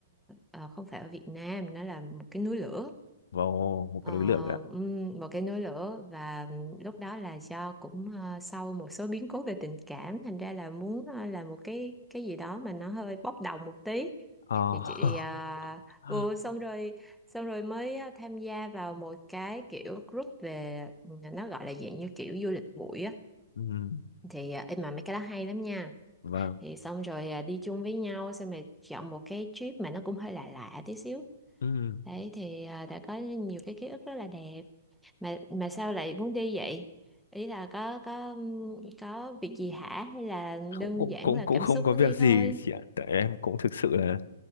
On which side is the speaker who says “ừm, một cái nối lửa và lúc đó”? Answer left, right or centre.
Centre